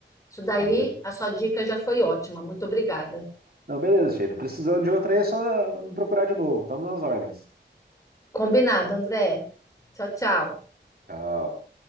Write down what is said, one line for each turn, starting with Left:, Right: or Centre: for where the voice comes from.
Left: Isso daí,
Right: Ah, be-
Left: a sua dica já foi ótima. Muito obrigada.
Right: Não, beleza, Cheiro. Precisando de outra aí, é só me procurar de novo. Estamos nas ordens.
Left: Combinado, André. Tchau, tchau.
Right: Tchau.